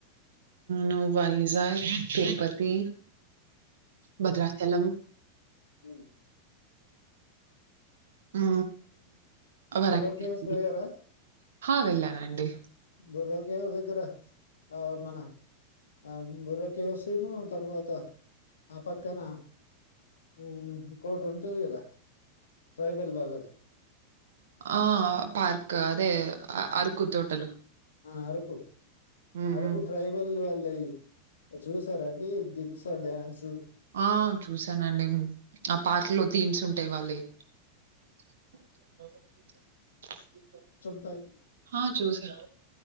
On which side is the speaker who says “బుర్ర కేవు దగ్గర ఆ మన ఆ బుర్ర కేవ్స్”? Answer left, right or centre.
Left